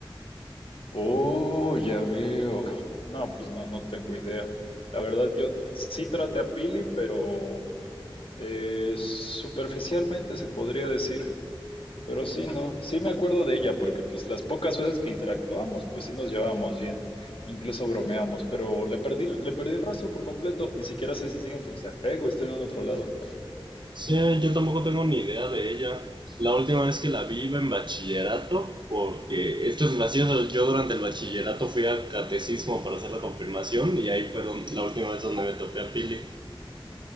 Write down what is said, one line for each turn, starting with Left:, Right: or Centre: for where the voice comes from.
Left: Oh, ya veo. No, pues no, no tengo idea. La verdad, yo sí traté a Pili, pero eh, superficialmente se podría decir. Pero sí, no, sí me acuerdo de ella, porque pues las pocas veces que interactuamos, pues sí nos llevábamos bien, incluso bromeamos, pero le perdí, le perdí el rastro por completo, ni siquiera sé si sigue en Tuxtepec o está en otro lado.
Right: Sí, yo tampoco tengo ni idea de ella. La última vez que la vi iba en bachillerato, porque esto es gracioso, yo durante el bachillerato fui al catecismo para hacer la confirmación y ahí fue don- la última vez donde me topé a Pili.